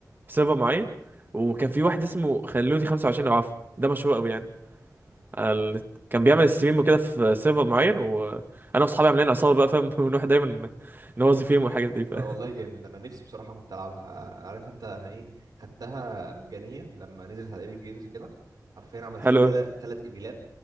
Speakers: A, on the right; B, on the right.
A: في سيرفر معين وكان في واحد اسمه خلوني 25 لو عارفه ده مشهور قوي يعني على النت. كان
B: امم
A: بيعمل ستريم وكده في سيرفر معين وانا واصحابي عاملين عصابه بقى فاهم <laughs> ونروح دايما نوظف فيهم والحاجات دي فاهم
B: لا والله جامد انا نفسي بصراحه كنت العبها عارف انت انا ايه خدتها مجانيه لما نزلت على ايبك جيمز كده حرفيا عملت
A: <laughs> حلو
B: لي تلات تلات ايميلات